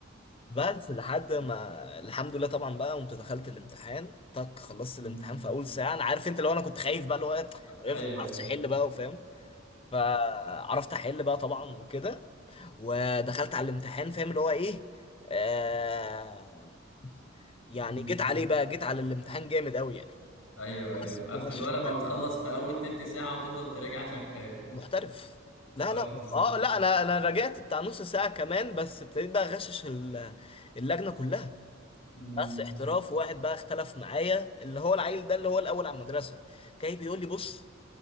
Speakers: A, on the left; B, on the left.
A: بس لحد ما الحمد لله طبعا بقى قمت دخلت الامتحان تك خلصت
B: مم.
A: الامتحان في اول ساعه انا عارف انت لو انا كنت خايف بقى اللي هو طب افرض
B: ايوه
A: ما عرفتش
B: ايوه
A: احل بقى وفاهم فعرفت احل بقى طبعا وكده ودخلت على الامتحان فاهم اللي هو ايه آه يعني
B: مم.
A: جيت عليه بقى جيت على الامتحان جامد قوي يعني
B: ايوه ايوه
A: بس
B: عارف
A: وغششت
B: اللي هو لما بتخلص في اول تلت ساعه وتفضل تراجع عشان خايف
A: محترف لا
B: اه
A: لا
B: بالظبط
A: اه لا انا انا رجعت بتاع نص ساعة كمان بس ابتديت بقى اغشش ال- اللجنة كلها
B: مم.
A: بس احتراف واحد بقى اختلف معايا اللي هو العيل ده اللي هو الاول على المدرسة جاي بيقول لي بص